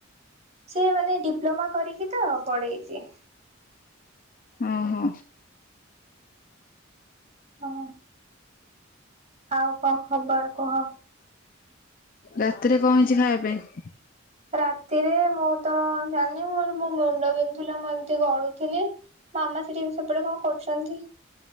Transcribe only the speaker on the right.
ସେ ମାନେ ଡିପ୍ଲୋମା କରିକି ତ ପଢେଇଚି।
ହଁ ଆଉ କଣ ଖବର କୁହ?
ରାତିରେ ମୁଁ ତ ଜାଣିନି ମୋର ମୋ ମୁଣ୍ଡ ବିନ୍ଧୁଥିଲା ମୁଁ ଏମିତି ଗଡୁଥିଲି। ମାମା ସେଠି ବି ସେପଟେ କଣ କରୁଚନ୍ତି।